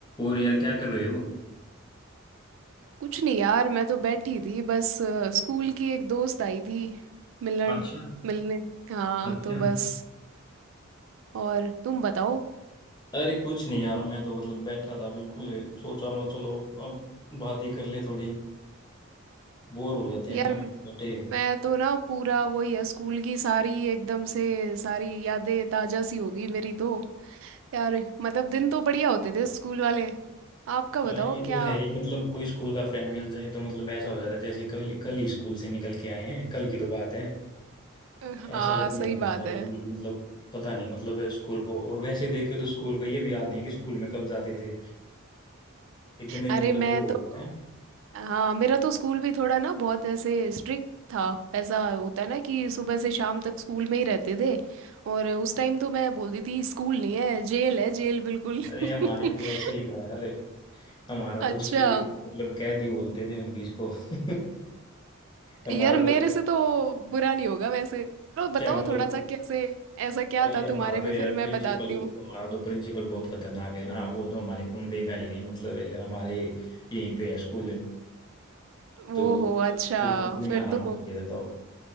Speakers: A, on the left; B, on the right.
A: और यार क्या कर रहे हो
B: कुछ नहीं यार मैं तो बैठी थी बस अ, स्कूल की एक दोस्त आई थी मिलन
A: अच्छा
B: मिलने हाँ
A: अच्छा
B: तो बस और तुम बताओ
A: अरे कुछ नहीं यार मैं तो मतलब बैठा था बिल्कुल सोचा मैं चलो अब बात ही कर ले थोड़ी बोर हो जाते
B: यार
A: हैं ना बैठे
B: म-
A: बैठे
B: मैं तो ना पूरा वही है स्कूल की सारी एकदम से सारी यादें ताजा सी होगी मेरी तो यार मतलब दिन तो बढ़िया होते थे स्कूल वाले आपका बताओ
A: हाँ ये तो
B: क्या
A: है ही मतलब कोई स्कूल का फ्रेंड मिल जाए तो मतलब ऐसा हो जाता है जैसे कल कल ही स्कूल से निकल के आए हैं कल की तो बात है
B: अ, हाँ
A: ऐसा लगने
B: सही
A: लग जाता
B: बात
A: है बिल्कुल
B: है
A: मतलब पता नहीं मतलब स्कूल को और वैसे देखे तो स्कूल को ये भी याद नहीं है कि स्कूल में कब जाते थे इतने
B: अरे
A: मतलब
B: मैं
A: वो
B: तो
A: हो गए हैं
B: हाँ मेरा तो स्कूल भी थोड़ा ना बहुत ऐसे स्ट्रिक्ट था ऐसा होता है ना कि सुबह से शाम तक स्कूल में ही रहते थे और उस टाइम तो मैं बोलती थी स्कूल नहीं है जेल है जेल बिल्कुल
A: अरे
B: <laughs>
A: हमारे भी ऐसे ही था यार हमारा
B: अच्छा
A: तो उससे भी मतलब कैद ही बोलते थे हम भी इसको <laughs> हमारा
B: यार मेरे
A: तो
B: से तो बुरा नहीं होगा वैसे चलो बताओ
A: क्या मतलब
B: थोड़ा सा कैसे ऐसा क्या
A: अरे
B: था तुम्हारे
A: हमारा तो
B: में
A: यार
B: फिर
A: प्रिंसिपल
B: मैं बताती हूँ
A: हमारा तो प्रिंसिपल बहुत खतरनाक है ना वो तो हमारे कुनबे का ही है मतलब है, हमारे यहीं पे है स्कूल है
B: ओहो
A: तो
B: अच्छा
A: बिल्कुल भी ना
B: फिर
A: आराम
B: तो
A: करके रहता हो